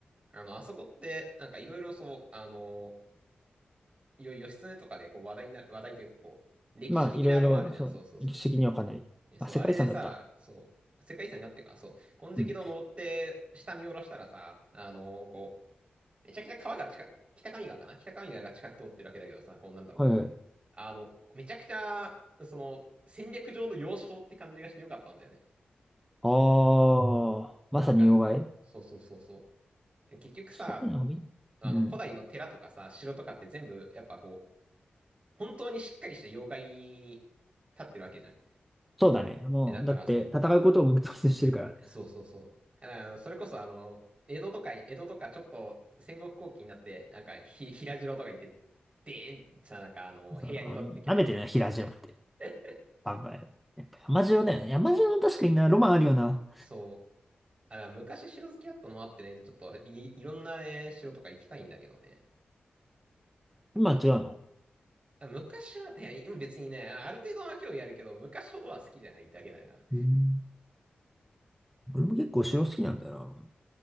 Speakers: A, on the right; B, in the centre.
A: あの、あそこって、なんかいろいろそう、あの、よ、義経とかでこう話題になる、話題というかこう、歴史的なあれもあるじゃん。
B: まあ、いろいろ、そうね、
A: そうそうそうそう。
B: 歴史的にはかなり。
A: え、そう、
B: あ、世界遺産だった。
A: あれでさ、そう、世界遺産になってるから、そう、金色堂登って、
B: うん。
A: 下見下ろしたらさ、あの、こう、めちゃくちゃ川が近く、北上川かな北上川が近く通ってるわけだけどさ、こうなんだろう。
B: はいはい。
A: あの、めちゃくちゃ、その、戦略上の要衝って感じがしてよかったんだよね。
B: ああ、まさに要害。
A: なんか、そうそうそうそう。結局さ、
B: そういうのを見、
A: あの、
B: うん。
A: 古代の寺とかさ、城とかって全部、やっぱこう、本当にしっかりした要害に立ってるわけじゃん。
B: そうだね。もう、
A: えだからそ
B: だって、戦うことを目的としてるから。
A: う、そうそうそう。だからそれこそあの、江戸とか、江戸とかちょっと戦国後期になって、なんかひ、平城とか行って、でーんってさ、なんかあの、平安に立ってるけど、
B: さあ、舐めてるな、平地のって。
A: <laughs>
B: あ、まあ、やっぱ山城だよな。山城は確かにな、ロマンあるよな。
A: そう。あ、だから昔城好きだったのもあってね、ちょっとい、いろんなね、城とか行きたいんだけどね。
B: 今は違うの。
A: あ昔は、ね、今別にね、あある程度は興味あるけど、昔ほどは好きじゃないだけだから。
B: うん。俺も結構城好きなんだよな。